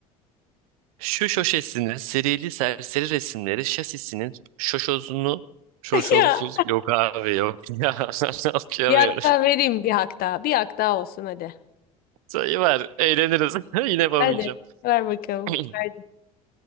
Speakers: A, on the right (about 70°); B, on the left (about 50°).
A: Şu şoşesinin serili serseri resimleri şasisinin şoşozunu şoşonsuz
B: <laughs> Ya.
A: yok abi yok <laughs> ya okuyamıyorum.
B: Bir hak daha vereyim bir hak daha. Bir hak daha olsun hadi.
A: Sayı var, Eğleniriz. <laughs> Yine yapamayacağım.
B: Hadi. Ver bakalım.
A: <clears throat>
B: Verdim.